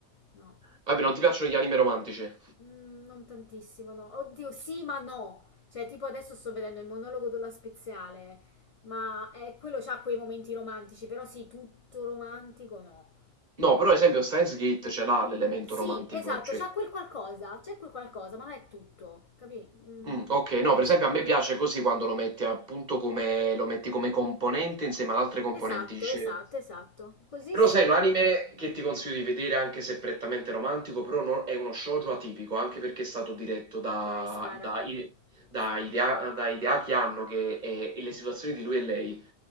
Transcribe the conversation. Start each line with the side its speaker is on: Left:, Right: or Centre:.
Left: no,
Right: Vabbè, non ti piacciono gli anime romantici?
Left: Mm, non tantissimo, no. Oddio, sì, ma no. Cioè, tipo adesso sto vedendo il monologo della Speziale, ma eh, quello c'ha quei momenti romantici, però sì, tutto romantico no.
Right: No, però ad esempio Steins Gate ce l'ha l'elemento
Left: Sì,
Right: romantico,
Left: esatto,
Right: cioè
Left: c'ha quel qualcosa, c'è quel qualcosa, ma non è tutto, capì? Mm,
Right: Mm, ok,
Left: più
Right: no,
Left: è così.
Right: per esempio a me piace così quando lo metti appunto come, lo metti come componente insieme ad altre componenti.
Left: Esatto,
Right: dice-
Left: esatto, esatto. Così
Right: Però
Left: sì.
Right: sai, un anime che ti consiglio di vedere anche se è prettamente romantico, però no- è uno shoujo atipico, anche perché è stato diretto da,
Left: Dai, spara.
Right: da, I- da
Left: Spara.
Right: Hidea- da Hideaki Anno, che è- e le situazioni di lui e lei.